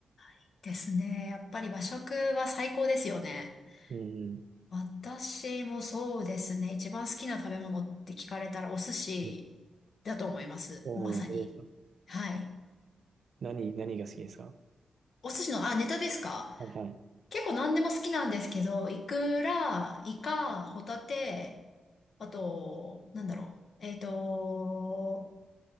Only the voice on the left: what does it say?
ーいですね。やっぱり和食は最高ですよね。
私もそうですね。一番好きな食べ物って聞かれたらお寿司
だと思います。
まさに。
はい。
お寿司の、あ、ネタですか
結構何でも好きなんですけど、イクラ、イカ、ホタテ、あと、なんだろう。えっと、